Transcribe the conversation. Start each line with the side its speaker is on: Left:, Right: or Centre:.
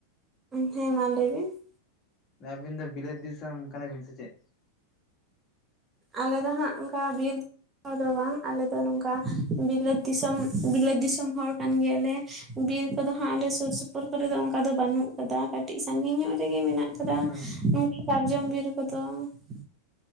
Right: ᱦᱮᱸ ᱢᱟ ᱞᱟᱹᱭ ᱵᱤᱱ ᱾
Left: ᱢᱟᱱᱮ ᱟᱹᱵᱤᱱ ᱫᱚ ᱵᱤᱞᱟᱹᱛ ᱫᱤᱥᱚᱢ ᱠᱟᱱᱟ ᱵᱤᱱ ᱥᱮ ᱪᱮᱫ?
Right: ᱟᱞᱮ ᱫᱚ ᱦᱟᱸᱜ ᱚᱝᱠᱟ ᱵᱤᱨ ᱦᱚᱲ ᱫᱚ ᱵᱟᱝ ᱟᱞᱮ ᱫᱚ ᱱᱚᱝᱠᱟ ᱵᱤᱞᱟᱹᱛ ᱫᱤᱥᱚᱢ ᱵᱤᱞᱟᱹᱛ ᱫᱤᱥᱚᱢ ᱦᱚᱲ ᱠᱟᱱ ᱜᱮᱭᱟᱞᱮ ᱾ ᱵᱤᱨ ᱠᱚᱫᱚ ᱦᱟᱸᱜ ᱟᱞᱮ ᱥᱩᱨ ᱥᱩᱯᱩᱨ ᱠᱚᱨᱮ ᱫᱚ ᱚᱝᱠᱟ ᱫᱚ ᱵᱟᱹᱱᱩᱜ ᱟᱠᱟᱫᱟ ᱠᱟᱹᱴᱤᱡ ᱥᱟᱺᱜᱤᱧ ᱧᱚᱜ ᱨᱮᱜᱮ ᱢᱮᱱᱟᱜ ᱠᱟᱫᱟ
Left: ᱦᱩᱸ
Right: ᱱᱚᱝᱠᱟ ᱥᱟᱨᱡᱚᱢ ᱵᱤᱨ ᱠᱚᱫᱚ ᱾